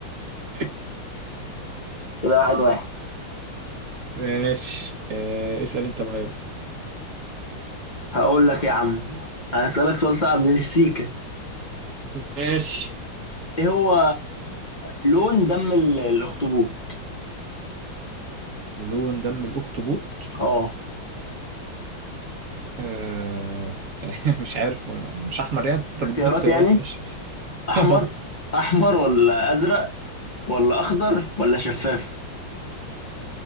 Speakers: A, on the right; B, on the left.
A: <laughs>
B: كده واحد واحد
A: ماشي آه، اسأل انت بقى يلا
B: هقول لك يا عم هسألك سؤال صعب سيكا
A: ماشي
B: ايه هو لون دم ال- الاخطبوط
A: لون دم الأخطبوط
B: اه
A: آه، <laughs> مش عارف هو مش أحمر يعني انت
B: اختيارات
A: بتديني اختيارات
B: يعني
A: ماشي <laughs>
B: احمر احمر ولا ازرق ولا اخضر ولا شفاف